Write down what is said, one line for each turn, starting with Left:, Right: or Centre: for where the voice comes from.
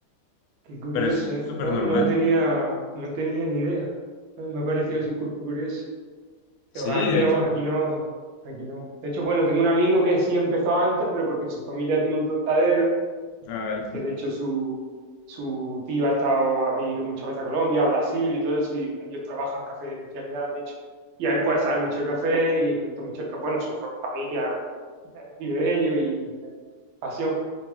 Right: Qué curioso,
Left: Pero es
Right: ¿eh?
Left: súper
Right: No,
Left: normal.
Right: no tenía, no tenía ni idea. Me ha parecido su cuerpo curioso. Pero
Left: Sí,
Right: aquí
Left: de
Right: no,
Left: hecho,
Right: aquí no, aquí no. De hecho, bueno, tengo un amigo que sí empezó antes, pero porque su familia tiene un tostadero,
Left: ah, vale.
Right: que de hecho su, su tío ha estado, ha venido muchas veces a Colombia, a Brasil y todo eso, y ellos trabajan café de especialidad, de hecho. Y a él pues sabe mucho de café y le gusta mucho el café. Bueno, su fa- familia eh, vive de ello y eh, pasión.